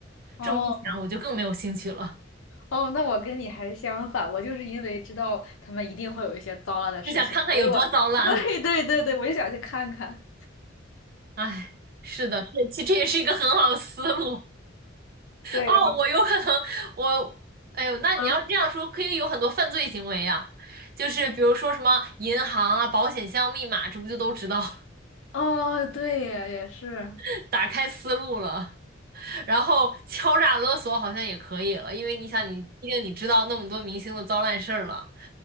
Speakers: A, on the left (about 80°); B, on the right (about 50°).
A: 哦
B: 这么一想，我就更没有兴趣了，
A: 哦，那我跟你还相反，我就是因为知道他们一定会有一些糟烂的事情，
B: 就想看看有多糟烂。
A: 所以我 <laughs> 对对对对，我就想去看看。
B: 哎，是的，这其实这也是一个很好的思路。
A: 对，
B: 哦，
A: 然后
B: 我有可能，我，哎呦，那你要是这样说，
A: 嗯，
B: 可以有很多犯罪行为呀。就是比如说什么银行啊、保险箱密码，这不就都知道了？
A: 哦，对耶，也是，
B: <laughs> 打开思路了，然后敲诈勒索好像也可以了，因为你想你，毕竟你知道那么多明星的糟烂事儿了，